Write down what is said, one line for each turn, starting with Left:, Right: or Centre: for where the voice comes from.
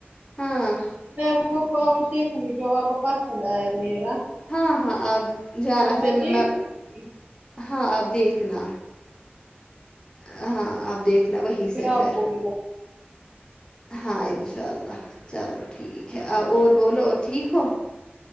Left: ہاں
Right: میں وہ پاؤچ دیکھوں گی جو آپ کو پسند آیا میرا
Left: ہاں ہاں آپ جانا
Right: اور
Left: پھر
Right: دیکھوں
Left: میں
Right: گی
Left: ہاں آپ دیکھنا ہاں آپ دیکھنا وہیں سے
Right: آپ
Left: پھر
Right: کو بھی لاؤں
Left: ہاں انشاء اللہ چلو ٹھیک ہے اور بولو ٹھیک ہو